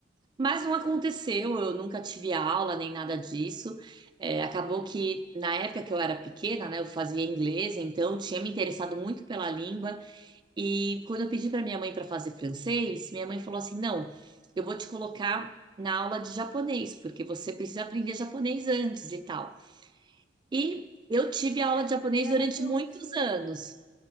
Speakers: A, on the right (about 25°); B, on the left (about 70°).
A: Mas não aconteceu, eu nunca tive aula nem nada disso. É, acabou que na época que eu era pequena, né, eu fazia inglês, então tinha me interessado muito pela língua. E quando eu pedi para minha mãe para fazer francês, minha mãe falou assim: não, eu vou te colocar na aula de japonês, porque você precisa aprender japonês antes e tal. E eu tive
B: É,
A: aula de
B: porque
A: japonês
B: ela
A: durante
B: tinha
A: muitos
B: um motivo.
A: anos.